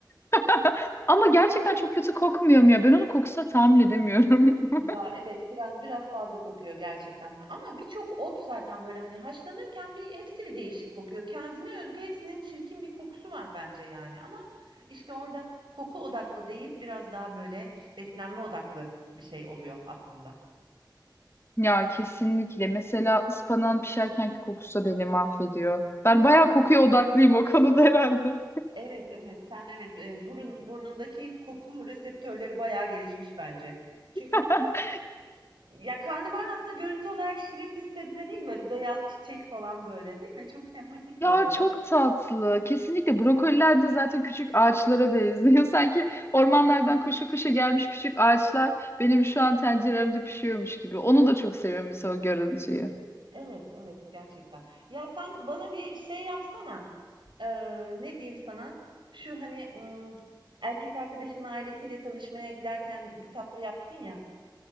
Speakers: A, on the left; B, on the right.
A: <laughs> Ama gerçekten çok kötü kokmuyor mu ya? Ben onun kokusuna tahammül edemiyorum. <laughs>
B: Ya evet biraz biraz fazla kokuyor gerçekten. Ha- Ama birçok ot zaten böyle hani haşlanırken bir hepsi bir değişik kokuyor. Kendine özgü hepsinin çirkin bir kokusu var bence yani. Ama işte orada koku odaklı değil biraz daha böyle beslenme odaklı bir şey oluyor aslında.
A: Ya kesinlikle. Mesela ıspanağın pişerkenki kokusu da beni mahvediyor. Ben bayağı kokuya odaklıyım o konuda herhalde.
B: Evet, evet. Sen evet, eee, burun burnundaki koku reseptörleri bayağı gelişmiş bence. Çünkü
A: <laughs>
B: ya karnabahar aslında görüntü olarak şirin bir sebze değil mi? Böyle beyaz çiçek falan böyle değil mi? Çok sempatik
A: Ya
B: böyle. Pa-
A: çok tatlı. Kesinlikle brokoliler de zaten küçük ağaçlara benziyor. <laughs> Sanki ormanlardan koşa koşa gelmiş küçük ağaçlar benim şu an tenceremde pişiyormuş gibi. Onu da çok seviyorum mesela o görüntüyü.
B: Evet, evet gerçekten. Ya sen bana bir şey yapsana. Eee, ne diyeyim sana? Şu hani mm, erkek arkadaşının ailesiyle tanışmaya giderken bir tatlı yaptın ya.